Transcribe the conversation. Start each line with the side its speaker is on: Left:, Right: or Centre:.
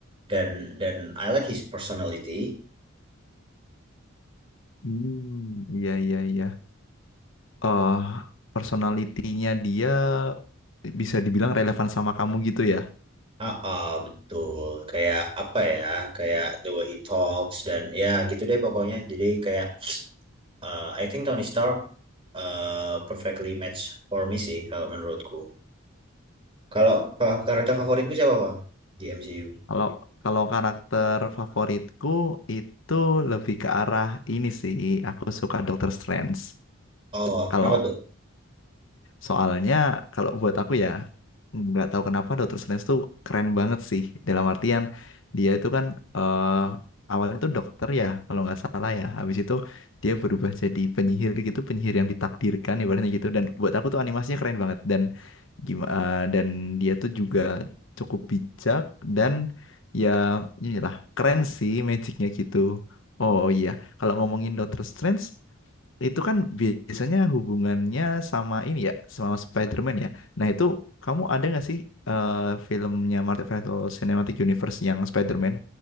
Right: dan dan I like his personality.
Left: Hmm, iya iya iya. Eh personalitinya dia bisa dibilang relevan sama kamu gitu ya.
Right: Ah, ah, betul. Kayak apa ya? Kayak the way he talks dan ya gitu deh pokoknya. Jadi kayak Uh, I think Tony Stark uh, perfectly match for me sih kalau menurutku. Kalau fa- karakter favoritmu siapa, Pak? Di MCU.
Left: Kalau kalau karakter favoritku itu lebih ke arah ini sih. Aku suka Doctor Strange.
Right: Oh,
Left: Kalau
Right: kenapa tuh?
Left: Soalnya kalau buat aku ya nggak tahu kenapa Dr. Strange tuh keren banget sih dalam artian dia itu kan eh, awalnya tuh dokter ya kalau nggak salah ya habis itu dia berubah jadi penyihir gitu penyihir yang ditakdirkan ibaratnya gitu dan buat aku tuh animasinya keren banget dan gimana dan dia tuh juga cukup bijak dan ya inilah keren sih magicnya gitu. Oh iya, kalau ngomongin Doctor Strange itu kan biasanya hubungannya sama ini ya, sama Spider-Man ya. Nah itu kamu ada nggak sih eh, filmnya Marvel Cinematic Universe yang Spider-Man